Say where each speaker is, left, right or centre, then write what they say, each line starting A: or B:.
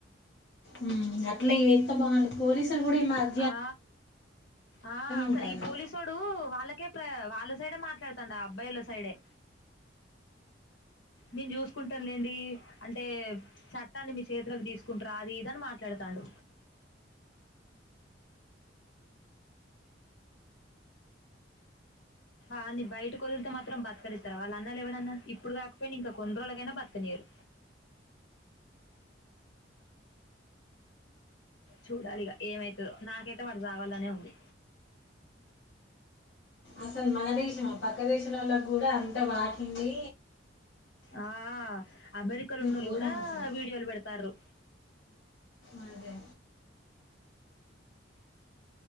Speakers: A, on the left; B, on the left.
A: ఊ అట్లా ఎంత బాగుంది పోలీసులు కూడా ఈ మారి
B: ఆ ఆ అసలు
A: ఉంటారు
B: ఈ పోలీసోడు టు వాళ్ళకే ప్ర వాళ్ళ సైడే మాట్లాడుతాండు ఆ అబ్బాయిల సైడే నేను చూసుకుంటానులేండి అంటే చట్టాన్ని మీ చేతిలోకి తీసుకుంటరా అది ఇది అని మాట్లాడుతాండు ఆడిని బయటకు వదిలితే మాత్రం బతకనిత్తారా వాళ్ళు అన్నలు ఎవడన్నా ఇప్పుడు కాకపోయినా ఇంకా కొన్ని రోజులకైనా బతకనీయరు చూడాలిగ ఏమైతదో నాకైతే వాడు సావాలనే ఉంది
A: అసలు మన దేశమా పక్క దేశం లో ఉన్న కూడా అంత పాకింది
B: ఆ అమెరికాలో ఉన్నోళ్లు
A: ఘోరం
B: కూడా
A: అసలు
B: వీడియోలు పెడతారు
A: అదే